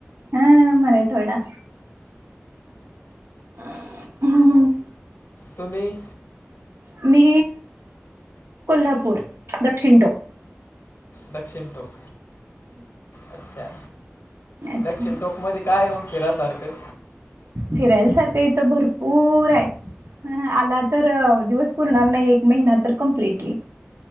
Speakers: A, on the right (about 75°); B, on the left (about 75°).
A: हा मराठवाडा ह्
B: तुम्ही
A: मी कोल्हापूर दक्षिण टोप
B: दक्षिण टोक अच्छा
A: अच्छा
B: दक्षिण टोक मध्ये काय मग फिरायसारखं?
A: फिरायलासारखं इथं भरपूर हाय. ह आला तर दिवस पुरणार नाही एक महिना तर कमप्लिटली.